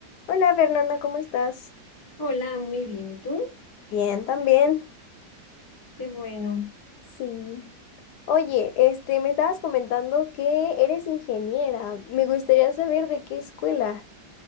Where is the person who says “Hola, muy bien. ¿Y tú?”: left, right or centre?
Left